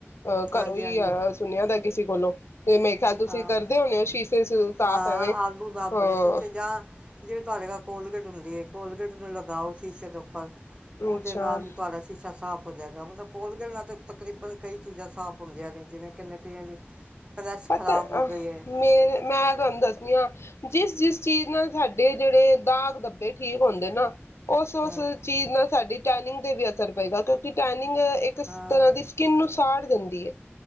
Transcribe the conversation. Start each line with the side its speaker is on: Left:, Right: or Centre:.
Left: ਅ
Right: ਹਾਂਜੀ
Left: ਘਰੋਂ ਹੀ
Right: ਹਾਂਜੀ
Left: ਆਇ ਸੁਣਿਆ ਦਾ ਕਿਸੀ ਕੋਲੋਂ ਤੇ ਮੇਰੇ ਖਿਆਲ ਤੁਸੀਂ
Right: ਹਾਂ
Left: ਕਰਦੇ ਹੋਣੇ ਹੋ ਸ਼ੀਸ਼ੇ ਸਾਫ਼
Right: ਹਾਂ
Left: ਐਵੇਂ
Right: ਆਲੂ ਨਾਲ
Left: ਹਾਂ
Right: ਬੜੇ ਸ਼ੀਸ਼ੇ ਜਾਂ ਜਿਵੇਂ ਤੁਹਾਡੇ ਘਰ ਕੋਲਗੇਟ ਹੁੰਦੀ ਹੈ ਕੋਲਗੇਟ ਨੂੰ ਲਗਾਓ ਸ਼ੀਸ਼ੇ ਤੇ ਉਪਰ ਪਰ ਉਹਦੇ
Left: ਅੱਛਾ
Right: ਨਾਲ ਵੀ ਤੁਹਾਡਾ ਸ਼ੀਸ਼ਾ ਸਾਫ਼ ਹੋ ਜਾਏਗਾ ਮਤਲਬ ਕੋਲਗੇਟ ਨਾਲ ਤਾਂ ਤਕਰੀਬਨ ਕਈ ਚੀਜ਼ਾਂ ਸਾਫ਼ ਹੁੰਦੀਆਂ ਨੇ ਜਿਵੇਂ ਕਿ ਕਹਿੰਦੇ ਕਿ ਕਈਆਂ ਦੀ ਪ੍ਰੈਸ ਖਰਾਬ
Left: ਅਤੇ
Right: ਹੋ ਗਈ ਹੈ
Left: ਮ ਮੈਂ ਤੁਹਾਨੂੰ ਦੱਸਦੀ ਹਾਂ ਜਿਸ -ਜਿਸ ਚੀਜ਼ ਇਸ ਨਾਲ ਸਾਡੇ ਜਿਹੜੇ ਦਾਗ ਧੱਬੇ ਠੀਕ ਹੁੰਦੇ ਨਾ। ਉਸ ਉਸ
Right: ਹਾਂ
Left: ਚੀਜ਼ ਨਾਲ ਸਾਡੀ ਟੈਨਿੰਗ ਤੇ ਵੀ ਅਸਰ ਪਏਗਾ ਕਿਉਂਕਿ ਟੈਨ ਟੈਨਿੰਗ ਇੱਕ
Right: ਹਾਂ
Left: ਤਰ੍ਹਾਂ ਦੀ ਸਕਿਨ ਨੂੰ ਸਾੜ ਦਿੰਦੀ ਦੀ ਹੈ